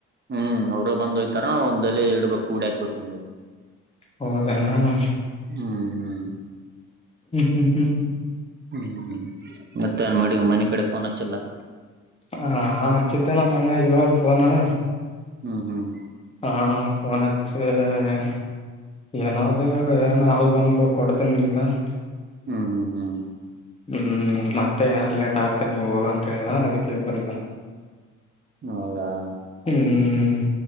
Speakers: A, on the right; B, on the left.
A: ಹ್ಮ್. ಅವ್ರ ಬಂದ ಹೋಗ್ತಾ? <inaudible> ತರ, ಒಂದಲ್ಲಿ ಇಡ್ಬೇಕು ಕೂಡಾಕ್ಬೇಕು. ಒಂದು? <inaudible>
B: ಹೌದನ್ನ, ಹ್ಮ್,
A: ಹ್ಮ್
B: ಹ್ಮ್, ಹ್ಮ್.. <inaudible>
A: ಹ್ಮ್, ಮತ್ತೆನ್ ಮಾಡಿ. ಮನ ಕಡೆ ಫೋನ್ ಹಚ್ಚಿಲ್ಲ!.. <inaudible>
B: ಹ, ಚಿತ್ತನ, ಅಣ್ಣ ಇವಾಗ ಫೋನ್? <inaudible>
A: ಹ್ಮ್, ಹ್ಮ್.. <inaudible>
B: ಹಾ, ಫೋನ್ ಹಚ್ಚಿ.. <inaudible> ಏನಾದೂ, ಏನ ಆಲ್ಬಂಬ. ಕೊಡ್ತನೀ? ಅಂದು ಇದ. <unintelligible>
A: ಹ್ಮ್, ಹ್ಮ್, ಹ್ಮ್. <inaudible>
B: ಹ್ಮ್, ಮತ್ತೆ ಏನ ಲೇಟ್! ಆಗ್ತ ನೀವ ಹೋಗ ಅಂತ ಹೇಳಿದ. ಅದಕ್ಕೆ ಬಂದಿ ನಾನು. <inaudible>
A: ಹೌದಾ? <inaudible>
B: ಹ್ಮ್.. <inaudible>